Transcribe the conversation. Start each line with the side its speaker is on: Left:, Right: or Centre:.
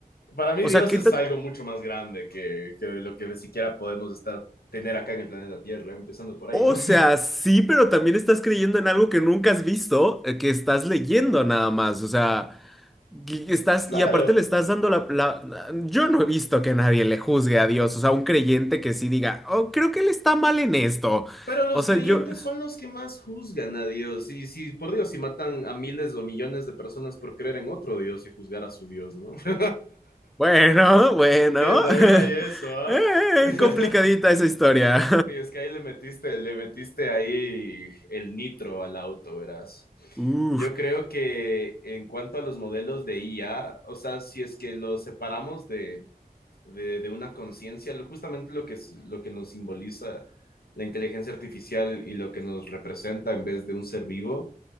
Left: para mí
Centre: o
Left: Dios
Centre: sea, ¿qué
Left: es
Centre: tan
Left: algo mucho más grande que, que lo que siquiera podemos estar, tener acá en el planeta Tierra, empezando por ahí,
Centre: O
Left: ¿no? <laughs>
Centre: sea, sí, pero también estás creyendo en algo que nunca has visto, eh, que estás leyendo nada más. O sea, y estás,
Left: Claro,
Centre: y aparte le estás dando la, la- Yo no he visto que nadie le juzgue a Dios. O sea, un creyente que sí diga, oh, creo que él está mal en esto.
Left: pero los
Centre: O sea,
Left: creyentes
Centre: yo.
Left: son los que más juzgan a Dios. Y si, por Dios, si matan a miles o millones de personas por creer en otro Dios y juzgar a su Dios, ¿no? <laughs> sí,
Centre: Bueno, bueno.
Left: también
Centre: <laughs>
Left: hay eso, ¿ah?
Centre: Eh,
Left: <laughs> ¿eh?
Centre: complicadita esa historia.
Left: Sí, es que ahí le metiste, le metiste ahí el nitro al auto, verás.
Centre: <laughs>
Left: Yo creo
Centre: Uf.
Left: que en cuanto a los modelos de IA, o sea, si es que los separamos de, de, de una conciencia, lo, justamente lo que, es- lo que nos simboliza la inteligencia artificial y lo que nos representa en vez de un ser vivo,